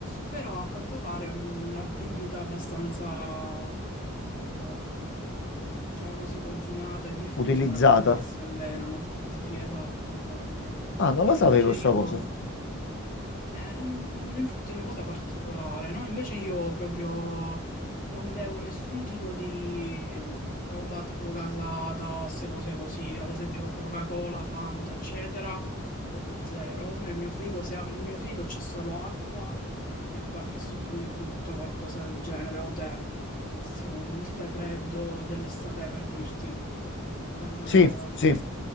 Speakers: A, on the left; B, on the left.
A: però a quanto pare mh, una bibita abbastanza eh, diciamo così, consumata e diffusa
B: Utilizzata.
A: tra quelli che si allenano. Sì, sì, sì, esatto, esatto.
B: Ah, non
A: No,
B: la sapevo
A: invece io
B: sta cosa.
A: eh, mm, infatti è una cosa particolare, no? Invece io proprio non bevo nessun tipo di mm, roba tipo casata, queste cose così, ad esempio Coca-Cola, Fanta, eccetera, proprio zero. Nel mio frigo, se apri il mio frigo, c'è solo acqua e qualche succo di frutta, qualcosa del genere, o tè al massimo, il tè freddo dell'estate per dirti. Eh,
B: Sì, sì.